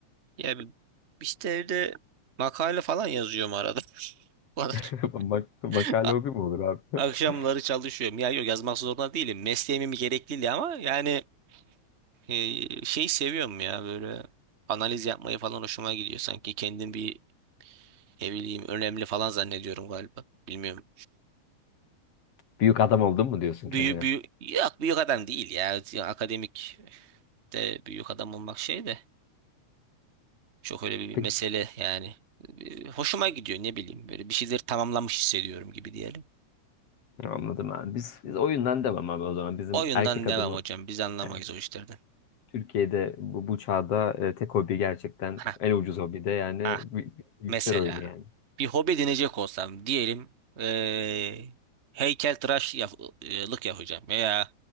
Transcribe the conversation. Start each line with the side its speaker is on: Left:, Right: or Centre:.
Right: Ya bi- işte evde makale falan yazıyorum arada. <laughs> Bu kadar.
Left: <laughs> Mak makale
Right: A-
Left: hobi mi olur abi?
Right: Akşamları
Left: <laughs>
Right: çalışıyorum. Ya yok yazmak zorunda değilim. Mesleğimin bir gerekliliği ama yani e, şey seviyorum ya böyle analiz yapmayı falan hoşuma gidiyor. Sanki kendim bir ne bileyim önemli falan zannediyorum galiba. Bilmiyorum.
Left: Büyük adam oldun mu diyorsun
Right: Büyü
Left: kendine?
Right: büyü yok büyük adam değil ya. Akademik de büyük adam olmak şey de. Çok öyle bir, bir
Left: Peki,
Right: mesele yani. Bir- Hoşuma gidiyor ne bileyim böyle bir şeyleri tamamlamış hissediyorum gibi diyelim.
Left: anladım abi. Biz, biz oyundan devam abi o zaman. Bizim
Right: Oyundan
Left: erkek adımı
Right: devam hocam biz anlamayız
Left: yani
Right: o işlerden.
Left: Türkiye'de bu, bu çağda e, tek hobi gerçekten
Right: Ha
Left: en ucuz hobi de yani
Right: ha
Left: bi- bilgisayar
Right: mesela
Left: oyunu yani.
Right: bir hobi edinecek olsam diyelim eee heykeltıraş yap lık yapacağım veya